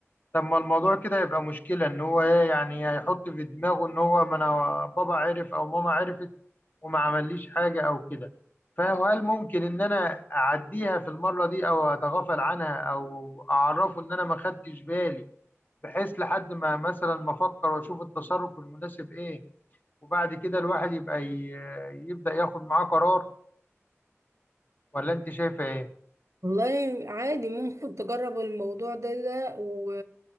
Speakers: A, on the left; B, on the right.
A: طب ما الموضوع كده هيبقى مشكلة ان هو ايه يعني هيحط في دماغه ان هو ما انا بابا عرف او ماما عرفت وما عمليش حاجة او كده فهل ممكن ان انا اعديها في المرة دي او اتغافل عنها او اعرفه ان انا ما خدتش بالي بحيث لحد ما مثلا ما افكر واشوف التصرف المناسب ايه وبعد كده الواحد يبقى ي- يبدأ ياخد معاه قرار ولا انت شايفه ايه
B: والله عادي ممكن تجرب الموضوع ده ده و...